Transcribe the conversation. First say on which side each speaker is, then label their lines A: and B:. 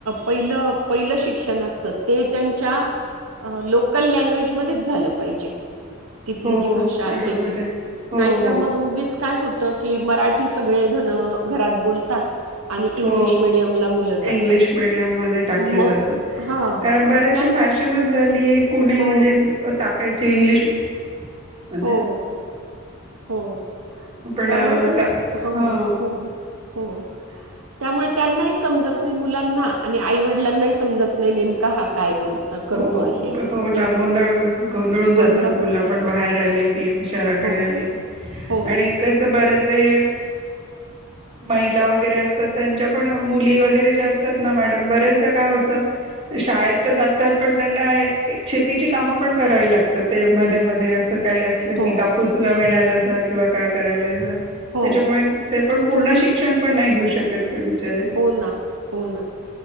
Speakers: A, on the right (about 75°); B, on the right (about 25°).
A: पहिलं पहिलं शिक्षण असतं ते त्यांच्या लोकल लँग्वेजमध्येध्येच झालं पाहिजे. तिथली
B: हो
A: जी भाषा आहे
B: बरोबर
A: ती
B: हो
A: नाहीतर
B: हो
A: मग उगीच काय होत. की मराठी सगळे जण घरात बोलतात. आणि इंग्लिश
B: हो
A: मिडियमला मुलं जातात.
B: इंग्लिश मिडियम मध्ये टाकले
A: मग
B: जातात
A: हा
B: कारण बरेसे
A: मग त्यांना
B: फॅश फॅशनच झालीय कुणी
A: हो
B: म्हणजे टाकायचे इंग्लिश मच
A: हो हो
B: आपण
A: त्यामुळे तेच
B: ग
A: हो
B: हा
A: हो हो हो त्यामुळे त्यांनाही समजत नाही मुलांना आणि आईवडिलांनाही समजत नाही नेमका हा काय बोल करतो
B: हो हो
A: आहे
B: हो ना
A: नाही का
B: गोंदळ गोंधळून
A: गोंधळ
B: जातात मुलं
A: होऊन जातो
B: पण बाहेर आले की शहराकडे
A: हो
B: आले की
A: हो
B: आणि कस बरेच महिला वगैरे असतात त्यांच्या पण मुली व वर असात मॅडम बरेचदा काय होत शळेत जातात पण त्यांना शेतीची कामं पण करावी लागत ते मध्ये मध्ये असं काय असलं
A: हो
B: की कापूस तुया विनायला जा किंवा काय करायला जा
A: हो
B: त्याच्यामुळे ते पण पूर्ण शिक्षण पण नाही घेऊ शकत ते बिचारे
A: हो ना हो ना